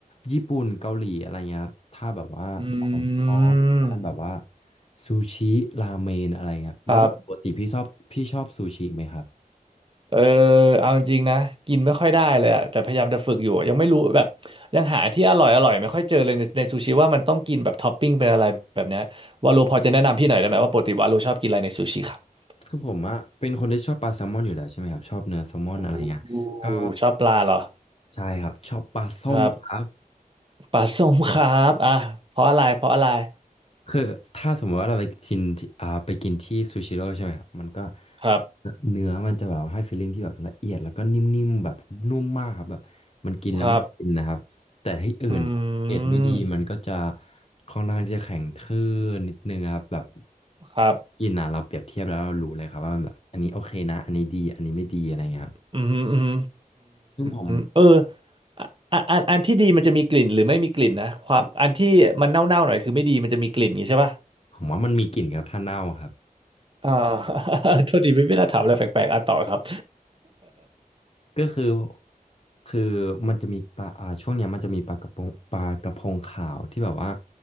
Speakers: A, on the left; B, on the right.
A: ญี่ปุ่นเกาหลีอะไรเงี้ยครับถ้าแบบว่าเราชอบทางด้านแบบว่า
B: อืม
A: ซูชิราเมนอะไรเงี้ยแล้วแบบปกติพี่ชอบพี่ชอบซูชิไหมครับ
B: ครับ เออเอาจริงนะกินไม่ค่อยได้เลยอะแต่พยายามจะฝึกอยู่ยังไม่รู้แบบยังหาที่อร่อยอร่อยไม่ค่อยเจอเลยในในซูชิว่ามันต้องกินแบบท็อปปิ้งเป็นอะไรแบบเนี้ยวาโลพอจะแนะนำพี่หน่อยได้ไหมว่าปกติวาโลชอบกินอะไรในซูชิครับ
A: คือผมอะเป็นคนที่ชอบปลาแซลมอนอยู่แล้วใช่ไหมครับชอบเนื้อแซลมอนอะไรเงี้ยก็
B: โอ้ชอบปลาเหรอ
A: ใช่ครับชอบปลาส้มครับ
B: ครับปลาส้มครับอ่ะเพราะอะไรเพราะอะไร
A: คือถ้าสมมติว่าเราไปกินที่อ่าไปกินที่ซูชิโร่ใช่ไหมครับมันก็
B: ครับ
A: เนื้อมันจะแบบให้ฟีลลิ่งที่แบบละเอียดแล้วก็นิ่มๆแบบนุ่มมากครับแบบมันกินแล้วมันกินนะครับแต่ที่อื่นเกรดไม่ดีมันก็จะ
B: ครับอืม
A: ค่อนข้างที่จะแข็งทื่อนิดนึงครับแบบ
B: ครับ
A: กินอ่ะเราเปรียบเทียบแล้วเรารู้เลยครับว่ามันแบบอันนี้โอเคนะอันนี้ดีอันนี้ไม่ดีอะไรเงี้ยครับ
B: อืมอืมอืม
A: ซึ่งผม
B: อืมเอออะอันอันอันที่ดีมันจะมีกลิ่นหรือไม่มีกลิ่นนะความอันที่มันเน่าๆหน่อยคือไม่ดีมันจะมีกลิ่นอย่างงี้ใช่ป่ะ
A: ผมว่ามันมีกลิ่นครับถ้าเน่าครับ
B: อ่า <laughs> โทษดีไม่ไม่น่าถามอะไรแปลกๆอ่ะต่อครับ
A: ก็คือคือมันจะมีปลาอ่าช่วงเนี้ยมันจะมีปลากระพงปลากระพงขาวที่แบบว่า